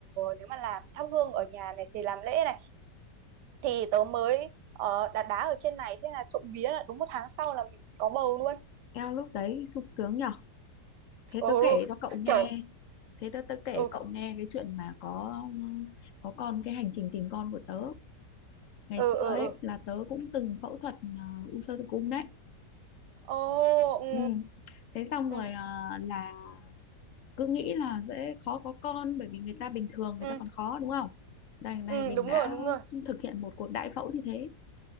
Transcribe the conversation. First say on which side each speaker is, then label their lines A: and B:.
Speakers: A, on the right; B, on the left.
A: nếu mà làm thắp hương ở nhà này thì làm lễ này thì tớ mới ờ, đặt đá ở trên này thế là trộm vía là đúng một tháng sau là mình có bầu luôn
B: Eo lúc đấy sung sướng nhở thế
A: ừ
B: tớ kể cho cậu nghe
A: kiểu
B: thế tớ tớ kể
A: ừ
B: cậu nghe cái chuyện mà có có con cái hành trình tìm con của tớ ngày
A: ừ
B: xưa
A: ừ
B: ấy
A: ừ
B: là tớ cũng từng phẫu thuật à, u xơ tử cung đấy
A: ồ ừ
B: Ừ. Thế xong
A: ừ
B: rồi ờ, là cứ nghĩ là dễ khó có con bởi vì người ta bình thường người
A: ừ
B: ta còn khó đúng không? Đằng
A: ừ,
B: này mình
A: đúng
B: đã
A: rồi đúng rồi
B: thực hiện một cuộc đại phẫu như thế.